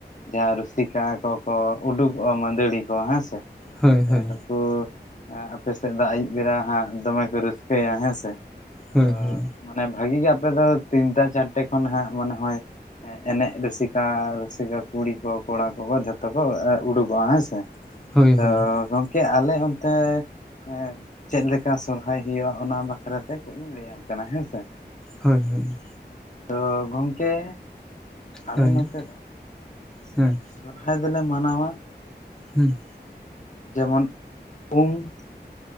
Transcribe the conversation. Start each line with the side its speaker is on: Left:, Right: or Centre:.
Left: ᱡᱟᱦᱟᱸ ᱨᱩᱥᱤᱠᱟ ᱠᱚᱠᱚ ᱩᱰᱩᱠᱚᱜᱼᱟ ᱢᱟᱹᱫᱟᱹᱲᱤ ᱠᱚ ᱦᱮᱸ ᱥᱮ,
Centre: ᱦᱳᱭ ᱦᱳᱭ
Left: ᱛᱚ ᱟᱯᱮ ᱥᱮᱫ ᱫᱚ ᱟᱹᱭᱩᱵ ᱵᱮᱲᱟ ᱦᱟᱸᱜ ᱫᱚᱢᱮ ᱠᱚ ᱨᱟᱹᱥᱠᱟᱹᱭᱟ ᱦᱮᱸ ᱥᱮ,
Centre: ᱦᱳᱭ
Left: ᱛᱚ
Centre: ᱦᱳᱭ
Left: ᱢᱟᱱᱮ ᱵᱷᱟᱹᱜᱤ ᱜᱮ ᱟᱯᱮ ᱫᱚ ᱛᱤᱱᱴᱟ ᱪᱟᱨᱴᱮ ᱠᱷᱚᱱ ᱦᱟᱜ ᱢᱚᱱᱮ ᱦᱚᱭ ᱮᱱᱮᱡ ᱨᱩᱥᱤᱠᱟ ᱨᱩᱥᱤᱠᱟ ᱠᱩᱲᱤ ᱠᱚ ᱠᱚᱲᱟ ᱠᱚᱠᱚ ᱡᱷᱚᱛᱚ ᱠᱚ ᱩᱰᱩᱠ ᱠᱚᱣᱟ ᱦᱮᱸ ᱥᱮ
Centre: ᱦᱳᱭ
Left: ᱛᱚ
Centre: ᱦᱳᱭ
Left: ᱜᱚᱢᱠᱮ ᱟᱞᱮ ᱚᱱᱛᱮ ᱦᱮᱸ ᱪᱮᱫ ᱞᱮᱠᱟ ᱥᱚᱨᱦᱟᱭ ᱦᱩᱭᱩᱜᱼᱟ ᱚᱱᱟ ᱵᱟᱠᱷᱨᱟ ᱛᱮ ᱠᱟᱹᱪ ᱤᱧ ᱞᱟᱹᱭᱟᱢ ᱠᱟᱱᱟ ᱦᱮᱸ ᱥᱮ,
Centre: ᱦᱳᱭ ᱦᱳᱭ,
Left: ᱛᱚ ᱜᱚᱢᱠᱮ ᱟᱞᱮ
Centre: ᱦᱳᱭ
Left: ᱱᱚᱛᱮ ᱫᱚ
Centre: ᱦᱮᱸ
Left: ᱥᱚᱨᱦᱟᱭ ᱫᱚᱞᱮ ᱢᱟᱱᱟᱣᱟ,
Centre: ᱦᱩᱸ
Left: ᱡᱮᱢᱚᱱ ᱩᱢ,